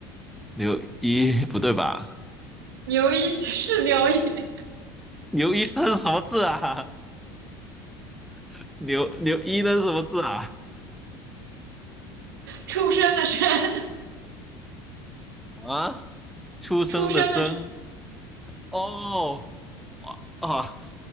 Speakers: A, in the centre; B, on the right.
A: 牛一不对吧？
B: 牛一 <laughs> 是牛一，
A: 牛一生是什么字啊？<laughs> 牛牛一那是什么字啊？
B: 出生的生，
A: 啊，出生的生
B: 出生的生
A: 哦，哇啊，